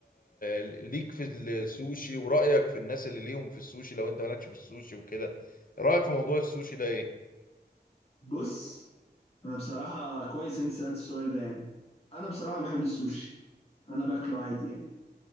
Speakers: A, on the left; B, on the left.
A: ليك في السوشي ورايك في الناس اللي ليهم في السوشي لو انت مالكش في السوشي وكده رايك في موضوع السوشي ده ايه
B: بص انا بصراحة كويس انت سألت السؤال ده يعني انا بصراحة بحب السوشي انا باكله عادي يعني